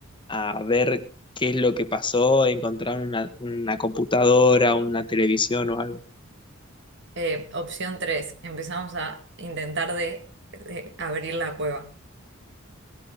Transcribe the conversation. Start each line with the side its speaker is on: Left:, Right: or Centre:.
Left: a ver qué es lo que pasó, encontrar una, una computadora, una televisión o algo.
Right: Eh, opción 3, empezamos a intentar de de abrir la cueva.